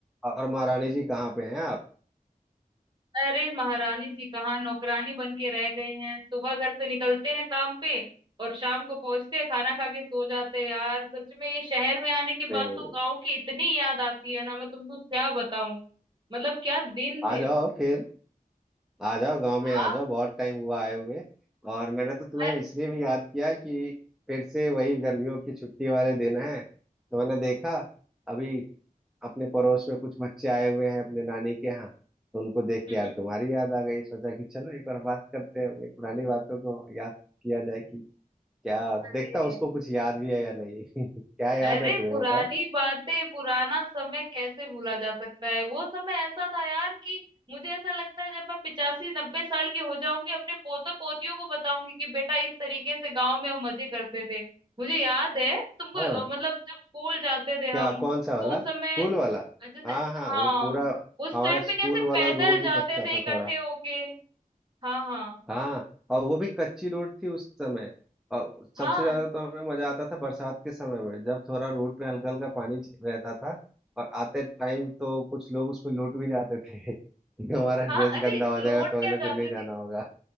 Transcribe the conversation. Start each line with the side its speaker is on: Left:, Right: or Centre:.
Centre: और महारानी जी कहाँ पे हैं आप
Right: अरे महारानी जी कहाँ नौकरानी बन के रह गई हैं सुबह घर से निकलते हैं काम पे और शाम को पहुंचते हैं खाना खा के सो जाते हैं यार सच में ये शहर में आने के
Centre: अरे,
Right: बाद तो गांव की इतनी याद आती है ना मैं तुमको क्या बताऊं मतलब क्या दिन थे
Centre: आ जाओ
Right: वो।
Centre: फिर आ जाओ गांव
Right: आ,
Centre: में आ जाओ बहुत टाइम हुआ आए हुए और मैंने तो तुम्हें
Right: अरे
Centre: इसलिए भी याद किया कि फिर से वही गर्मियों की छुट्टी वाले दिन है तो मैंने देखा अभी अपने पड़ोस में कुछ बच्चे आए हुए हैं अपने नानी के यहाँ तो उनको देख
Right: हम्म,
Centre: के यार
Right: हम्म।
Centre: तुम्हारी याद आ गई सोचा कि चलो एक बार बात करते हैं अपनी पुरानी बातों को याद किया जाए कि क्या
Right: अरे
Centre: देखता उसको कुछ याद भी है या नहीं <laughs> क्या याद
Right: अरे
Centre: है तुम्हें
Right: पुरानी
Centre: बताओ
Right: बातें पुराना समय कैसे भूला जा सकता है वो समय ऐसा था यार कि मुझे ऐसा लगता है जब मैं पिचासी नब्बे साल की हो जाऊंगी अपने पोते पोतियों को बताऊंगी कि बेटा इस तरीके से गांव में हम मजे करते थे मुझे याद है तुमको
Centre: हाँ
Right: अ, मतलब जब स्कूल जाते थे
Centre: क्या
Right: हम
Centre: कौन
Right: तो
Centre: सा वाला
Right: उस
Centre: स्कूल
Right: समय
Centre: वाला
Right: जैसे
Centre: हाँ हाँ
Right: हाँ
Centre: वो पूरा
Right: उस
Centre: हमारा
Right: टाइम पे
Centre: स्कूल
Right: कैसे
Centre: वाला
Right: पैदल
Centre: रोड
Right: जाते
Centre: भी कच्चा
Right: थे
Centre: था
Right: इकट्ठे
Centre: थोड़ा
Right: होके हाँ हाँ
Centre: हाँ और वो भी कच्ची रोड थी उस समय और
Right: हाँ
Centre: सबसे ज्यादा तो हमें मजा आता था बरसात के समय में जब थोड़ा रोड पे हल्का हल्का पानी च- रहता था और आते टाइम तो कुछ लोग उसमें लौट भी जाते थे <laughs> कि हमारा
Right: हाँ
Centre: ड्रेस
Right: अरे
Centre: गंदा हो जाएगा
Right: लौट
Centre: तो अगले
Right: क्या
Centre: दिन
Right: जाते
Centre: नहीं जाना
Right: थे
Centre: होगा